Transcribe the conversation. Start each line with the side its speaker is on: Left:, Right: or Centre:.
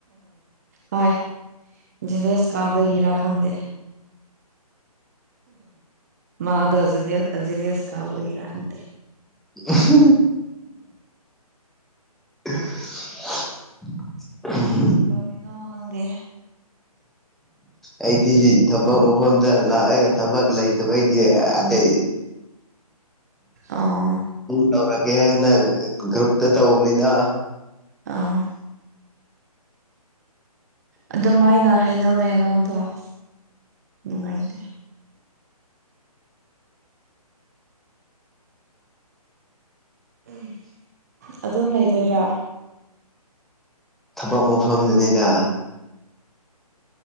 Right: ꯍꯣꯏ ꯖꯦꯜꯁ ꯀꯥꯕꯒꯤꯔ ꯈꯪꯗ ꯃꯥꯗꫭ ꯖꯦꯚꯦꯁ ꯖꯦꯂꯤꯌꯥꯁꯀꯥꯕꯒꯤꯔ ꯈꯪꯗꯦ
Centre: <unintelligible> <unintelligible>
Right: ꯀꯗꯣꯔꯤꯅꯣ ꯅꯪꯗꯤ
Centre: ꯑꯩꯗꯤ ꯊꯕꯛ ꯃꯐꯝꯗ ꯂꯥꯛꯑꯒ ꯊꯕꯛ ꯂꯩꯇꯕꯒꯤ ꯑꯩ
Right: ꯑꫭ
Centre: ꯇꯧꯔꯒꯦꯅ ꯒ꯭ꯔꯨꯞꯇ ꯇꯧꯕꯅꯤꯅ
Right: ꯑꯥ ꯑꯗꯨꯃꯥꯏꯅ ꯍꯥꯏꯩꯅꯧꯅꯦ <unintelligible> ꯅꯨꯡꯉꯥꯏꯇꯦ ꯎꯝ ꯑꯗꯨꯝ ꯂꯩꯗꯣꯏꯔ
Centre: ꯊꯕꯛ ꯃꯐꯝꯗꯅꯤꯗ